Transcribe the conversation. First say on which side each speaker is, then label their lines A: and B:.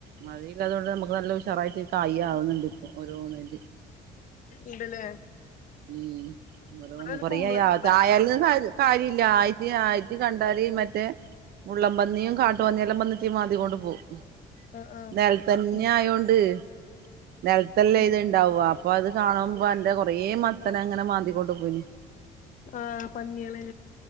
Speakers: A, on the right (about 65°); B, on the left (about 50°).
A: മതിയില്ലാതുകൊണ്ട് നമുക്ക് നല്ല ഉഷറായിട്ട് കായ ആവുന്നുണ്ട് ഇപ്പൊ <unintelligible> ന്നി
B: ഉണ്ടല്ലേ
A: ഉം
B: അവിടെ
A: ഒന്ന്
B: ഒരു
A: കൊറ
B: കുമ്പളത്തുമ്മെ
A: ആയാല <unintelligible> കാര്യമില്ല ആയിത്തി ആയിത്തി കണ്ടാല് മറ്റേ മള്ളം പന്നിയും കാട്ടുപന്നിയെല്ലാം പന്നിട്ടേ മാന്ദി കൊണ്ട് പോവും
B: ആ ആ
A: നരത്തന്നെ
B: ഉം
A: ആയോണ്ട് നിലത്തല്ല
B: ഉം
A: ഇത് ഇണ്ടാവവാ അപ്പൊ അത് കാണുമ്പോ എറെ കൊറേ മ അത്തനെ അങ്ങനെ മാന്തികോണ്ട്ു പോയിന്
B: ആഹ് പന്നള